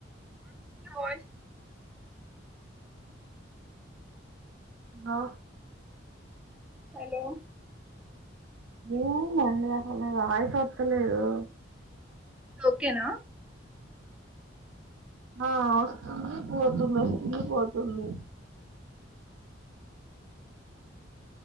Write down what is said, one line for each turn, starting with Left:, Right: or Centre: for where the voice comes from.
Centre: బ
Right: ఆ
Centre: హలో
Right: ఏమైందండీ అసలు వాయిస్ వస్తలేదు
Centre: ఓకేనా
Right: ఆ వస్తుంది పోతుంది వస్తుంది పోతుంది